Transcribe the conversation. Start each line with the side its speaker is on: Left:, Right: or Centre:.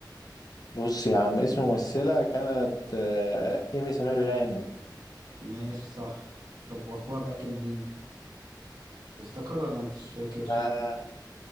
Left: بص يا عم اسم الممثلة كانت آه، إيمي سمير غانم
Right: ماشي صح طب واخوها بقى كان مين تفتكر ولا انت مش فاكر
Left: آه